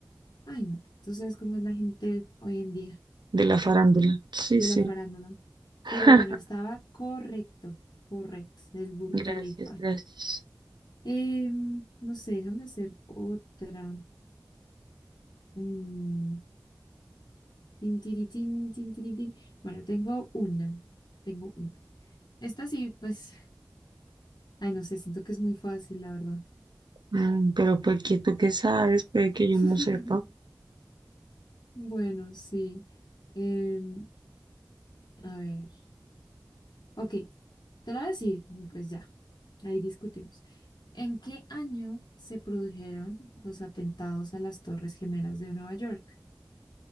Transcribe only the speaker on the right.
de la farándula. Sí,
sí.
<laughs>
Gracias,
gracias.
Mm, pero pues que tú qué sabes, puede que yo
no sepa.